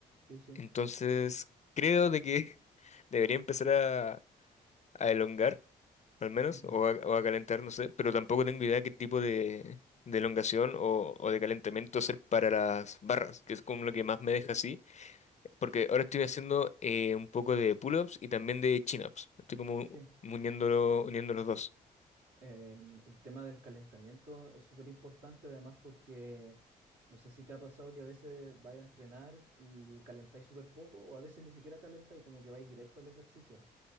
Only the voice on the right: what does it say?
sí, sí.
Mm,
Sí.
Em, el tema del calentamiento es súper importante además porque no sé si te ha pasado que a veces vais a entrenar y calentáis súper poco o a veces ni siquiera calentáis, como que vais directo al ejercicio.